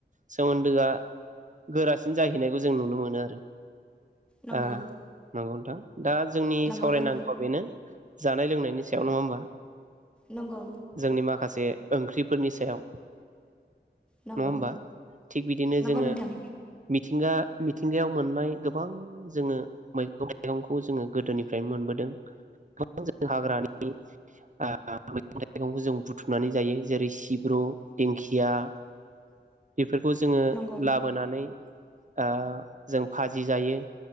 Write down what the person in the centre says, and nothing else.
नंगौ
नंगौ
नों
नंगौ
नंगौ
नंगौ
नोंथां
नंगौ